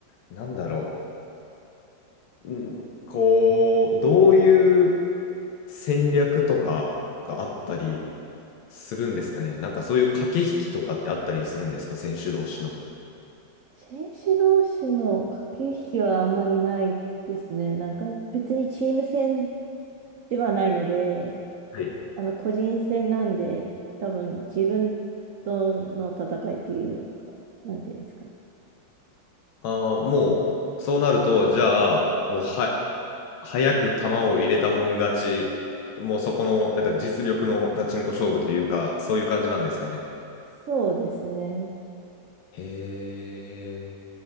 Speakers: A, on the left; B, on the right.
A: なんだろう、ん、こう、どういう戦略とかがあったりするんですかね。なんかそういう駆け引きとかってあったりするんですか、選手同士の。
B: 選手同士の駆け引きはあんまりないですね。なんか別にチーム戦ではないので、
A: はい
B: あの個人戦なんで、多分自分との戦いっていうか、なんていうんですかね。
A: ああ、もう、そうなると、じゃあ、もうは、早く球を入れたもん勝ち、もうそこの、なんか実力のガチンコ勝負というか、そういう感じなんですかね。
B: そうですね。
A: へえ。